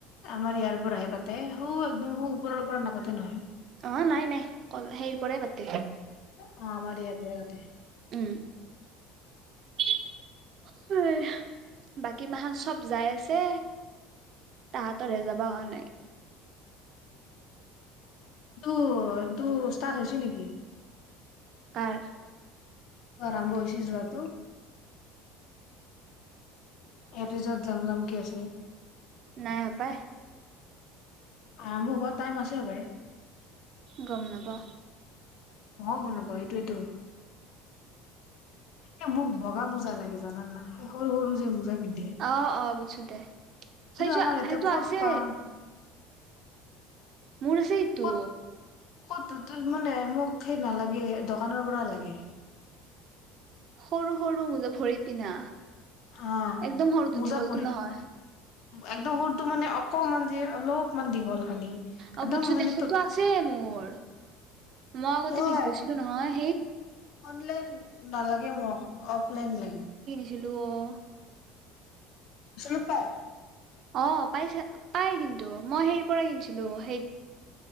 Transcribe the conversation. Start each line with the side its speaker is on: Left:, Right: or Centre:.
Left: আমাৰ ইয়াৰ পৰাহে পাতে সৌ একদম সৌ ওপৰৰ পৰা নাপাতে নহয়।
Right: অ নাই নাই ক সেইৰ পৰাই পাতে
Left: অ আমাৰ ইয়াৰ পৰাই পাতে
Right: উম ইহ বাকী মাহান চব যাই আছে তাহাঁতৰহে যাবা হোৱা নাই
Left: দু দু ষ্টাৰ্ট হৈছে নেকি?
Right: কাৰ
Left: আৰাম্ভ হৈছি যোৱাটো। এহঁতি চব যাম যামকে আছে।
Right: নাই অ পায়।
Left: আহ ব বহুত টাইম আছে হপাই
Right: গম নাপাও
Left: ম গম নাপাওঁ সেইটোৱেইটো। এ মোক বগা মোজা লাগে। জাননা হে সৰু সৰু যে মোজা পিন্ধে
Right: অ অ বুইছো দে সেইটো
Left: আমাৰ ইয়াতে
Right: সেইটো
Left: ক'ত
Right: আছে।
Left: পাম
Right: মোৰ আছে সেইটো
Left: ক'ত ক'ত তু তু মানে মোক সেই নালাগে দোকানৰ পৰা লাগে।
Right: সৰু সৰু মোজা ভৰিত পিন্ধা।
Left: হা
Right: একদম সৰুটো
Left: মোজা
Right: দীঘলটো
Left: পৰি
Right: নহয়।
Left: একদম সৰুটো মানে অকমান যে অলপমান দীঘল। খালি
Right: অ
Left: একদম
Right: বুজছো
Left: মানে
Right: দে তো সেইটো
Left: ত
Right: আছে মোৰ বৰ মই আগতে
Left: হয়
Right: পিন্ধি গৈছিলো নহয় সেই
Left: অনলাইন নালাগে মোক অফলাইন লাগে
Right: দিলো অ
Left: চোনোক পায়
Right: অ পাইছে পাই কিন্তু মই সেই পৰা কিনছিলো সেই